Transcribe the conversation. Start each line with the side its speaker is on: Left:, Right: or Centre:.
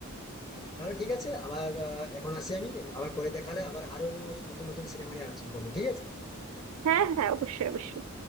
Left: তাহলে ঠিক আছে আবার আহ, এখন আসি আমি আবার পরে দেখালে আবার আরো নতুন নতুন সিনেমা নিয়ে আলোচনা করবো ঠিক আছে
Right: হ্যাঁ হ্যাঁ অবশ্যই অবশ্যই